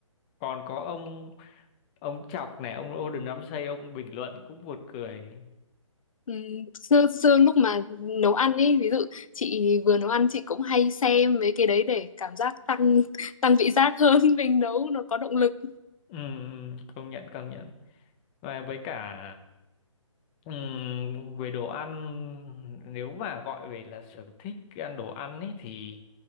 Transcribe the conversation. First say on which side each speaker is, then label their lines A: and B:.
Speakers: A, on the left; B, on the left.
A: còn có ông ông Chọc này ông Gordon Ramsay ông bình luận cũng buồn cười
B: Ừ, xưa, xưa lúc mà nấu ăn ấy ví dụ chị vừa nấu ăn chị cũng hay xem mấy cái đấy để cảm giác tăng tăng vị giác hơn <laughs> mình nấu nó có động lực
A: Ừm, công nhận công nhận và với cả ừm, về đồ ăn nếu mà gọi về là sở thích ăn đồ ăn ấy thì